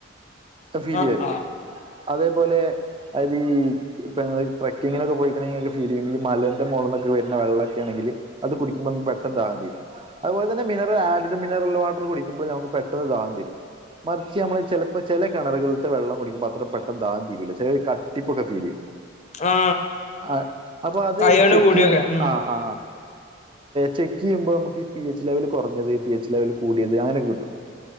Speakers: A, on the right; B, on the left.
A: ഫീല്
B: ആ
A: ചെയ്യാറില്ലേ
B: ആ
A: അതേപോലെ അയ്തി ഇ ട്രക്ക്കിം നോക്കെപോയിക്കണെെങ്കി ഇങ്ങക്ക് ഫീൽ ചെയ്യുംഈ മലന്റെ മുകൾന്നൊക്കെ വര് നേ- ന്ന വെ ള്ളെ െക്കണെങ്കിൽ അത് കുടിക്ക്പോ പെട്ടന് താഹം തീരും അതുപോലെ തന്നെ മിനറൽ ആഡ് മിനറൽ വാട്ടർ കുടിക്കുമ്പോ നമു പെട്ടന്ന് താഹം തീരും മറിച്ച് നമ്മള് ചിലപ്പോ ചില കിണറുകളില വെള്ളം കുടിക്കുമ്പോ അത്ര പെട്ടന് ധാഹം തീരു ല ചില കട്ടിപ്പക്കെ ഫീൽ ചെയ്യും
B: ആ
A: ആ അപ്പൊ അത്
B: അയേണ്
A: ചെക്ക്
B: കൂടിയൊക്കെ
A: ചെയ്യും
B: ഉം
A: ആ ആ ചെക്ക് ചെയ്യുമ്പോ നമുക്ക്ഈ പി എച്ച് ലെവൽ കുറഞ്ഞത് പി എച്ച് ലെവൽ കൂടിയത് അങ്ങനൊക്കെ കിട്ടും ഉം